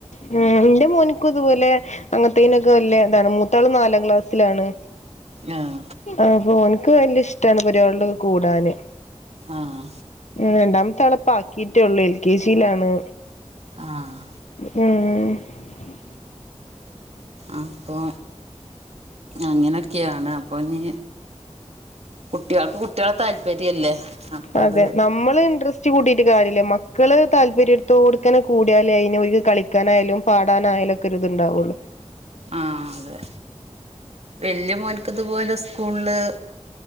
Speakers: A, on the left (about 80°); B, on the right (about 65°).
A: ഹേ ന്റെ മോന്ക്കും ഇതുപോലെ അങ്ങത്തിനൊക്കെ വല്ല്യാന്താണ് മൂത്താള്നാലാം ക്ലാസ്സിലാണ്.
B: ആഹാ
A: ആപ ഒന്ക്ക് വലയ ഇഷ്ടാണ് പരിപാട്ളൊക്കെ കൂടാന്
B: ആഹാ
A: രണ്ടാമത്താള് ഇപ്പാക്കിയിറ്റോള്ളൂ. എൽ കെ ജി യിലാണ്.
B: ആഹ്
A: <unintelligible>
B: അപ്പോ അങ്ങനെയൊക്കെയാണ് അപ്പോൾ ഞി കുട്ടികൾക്ക് കു കുട്ടിയാള താല്പര്യല്ലേ അപ്പ
A: അതെ
B: അത്
A: നമ്മള് ഇന്ത്രസ്റെസ്റ്റ് റ്റ്കൂട്ട് കാര്യല്ല. മക്കള് താല്പര്യ തോട്കനകൂടിയാലേ അയിന് കളിക്കാനായാലും, പാടാനായാലും, ക്കൊരുതുണ്ടാവുള്ളൂ.
B: ആഹ അതെ വല്യമോന്ക് ഇതുപോലെ സ്കൂള്ല്.